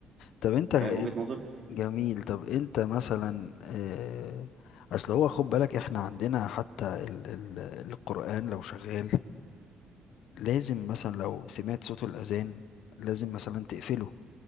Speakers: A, on the left; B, on the right.
A: طب انت
B: فاهم وجهه نظري
A: جميل طب انت مثلا آه، اصل هو خد بالك احنا عندنا حتى ال ال القرآن لو شغال لازم مثلا لو سمعت صوت الأذان لازم مثلا تقفله